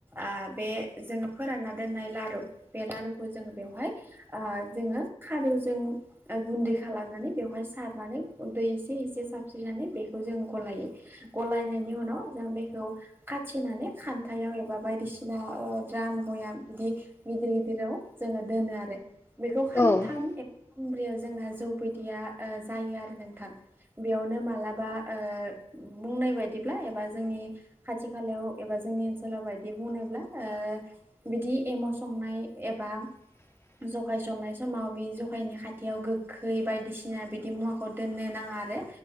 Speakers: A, on the right; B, on the left.
A: आ बे जोङो फोरानना दोननाय लारु बे लारुखौ जो बे वहाय ओ जोंडो खादोवजों गुन्दै खालामनानै बेहाय सारनानै दै इसे इसे साबस्रिनानै बेखौ जों गलायो गलायनायनि उनाव जों बेखौ खाथिनानै खान्थाव एबा बायदिसिना ओ द्राम बयाम बिदि गिदिर गिदिराव जोङो दोनो आरो बेखौ खान्थाम
B: औ औ
A: खुंब्रियाव जोंना जौ बायदिया ओ जायो आरो नोंथां। बेयावनो मालाबा ओ बुंनाय बायदिब्ला एबा जोंनि खाथि खालायाव एबा जोंनि ओनसोलाव बायदि बुंब्ला ओ बिदि एमाव संनाय एबा
B: <inaudible>
A: जखाय सनाय समाव बे जखायनि खाथियाव गोखै बायदिसिना बिदि मुवाखौ दोननो नाङा। आरो